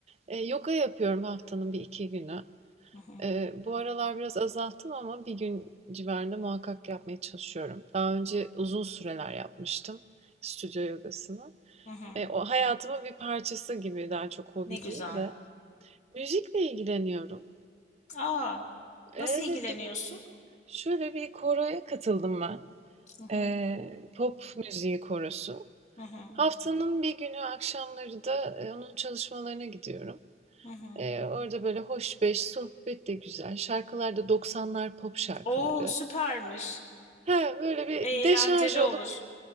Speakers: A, on the right; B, on the left.
A: Eee, yoga yapıyorum haftanın bir iki günü.
B: hı hı,
A: Eee, bu aralar biraz azalttım ama bir gün civarında muhakkak yapmaya çalışıyorum. Daha önce uzun süreler yapmıştım stüdyo yogasını.
B: hı hı.
A: Eee, o hayatımın bir parçası gibi daha çok hobi
B: Ne güzel.
A: değil de. Müzikle ilgileniyorum.
B: Aa.
A: Evet,
B: Nasıl ilgileniyorsun?
A: bir şöyle bir koroya katıldım ben.
B: Hı hı.
A: Eee, pop müziği korosu.
B: Hı hı.
A: Haftanın bir günü akşamları da e, onun çalışmalarına gidiyorum.
B: Hı hı.
A: Eee, orada böyle hoş beş, sohbet de güzel. Şarkılar da doksanlar pop şarkıları.
B: Oo süpermiş.
A: Ha, böyle bir
B: Eğlenceli
A: deşarj olup,
B: olur.